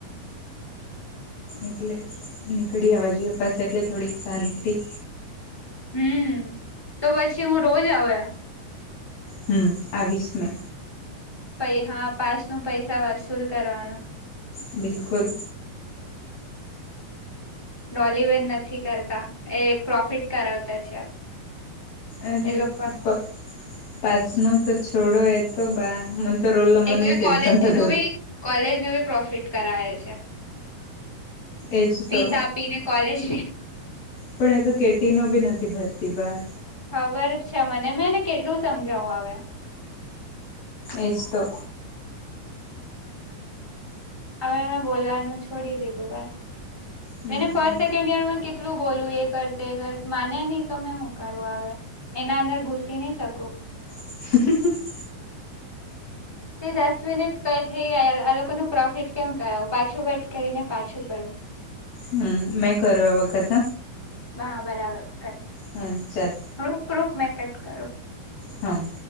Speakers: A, on the left (about 65°); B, in the centre.
A: એટલે નીકળી આવવા જોઈએ પાસે એટલે થોડીક શાંતિ
B: હમ તો પછી હું રોજ આવ્યા
A: હમ આવીશ મે
B: પૈ હા પાસ નું પૈસા વસૂલ કરવાનું
A: બિલકુલ
B: ડોલવેન નથી કરતા એ પ્રોફિટ કરાવતા છે
A: અરે
B: એ લોકોનું
A: પ પાછ ન તો છોડો એ તો બા મ ોલ્ ન્ર
B: એટલે
A: નને ટેનસ
B: કોલેજ
A: અંતું
B: નું બી કોલેજ ન બી પ્રોફિટ કરાવે છે
A: એજ
B: પીસા
A: તો
B: આપી ને કોલેજ
A: પણ એ તો કેટી ન બી નથી ભરતી બા
B: ખબર છે મને મેંને કેટલું સમજાવું હવે
A: એજ તો
B: હવે અમે બોલવાનું છોડી દીધું ભ
A: હમ
B: એને ફર્સ્ટ સેકન્ડ યરમાં કેટલું બોલું એ કર કર માને નહ તમે હુંકારું આવે એના અંદર ઘુસી નહી શકો
A: હ
B: એ દસ મિનિટ કઈ થઈ ગ આ લોકો ન પ્રોફિટ કેમ કરાવું પાછું કટ કરીને પાછું કરડું <inaudible>
A: હમ મેં કરવા આ વખત
B: હ બરાબર કર
A: હમ ચાલ
B: રૂક રુક મે કટ કરો
A: હમ